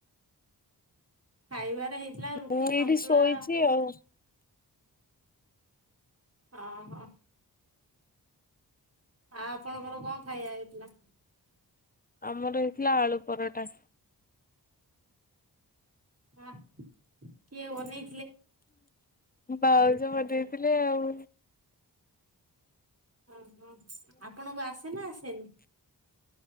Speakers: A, on the right; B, on the left.
A: ଖାଇବାରେ ହେଇଥିଲା ରୁଟି
B: ମୁଁ
A: ସନ୍ତୁଳା।
B: ଏଇଠି <unintelligible>
A: ଅ ହଁ। ଆପଣଙ୍କର କଣ ଖାଇବା ହେଇଥିଲା?
B: ଆମର ହେଇଥିଲା ଆଳୁ ପରଟା।
A: ଆ କିଏ ବନେଇ
B: ବାଉଜ ବନେଇ ଥିଲେ ଆଉ।
A: ଅ ହଁ ଆପଣଙ୍କୁ ଆସେ ନା ଆସେନି?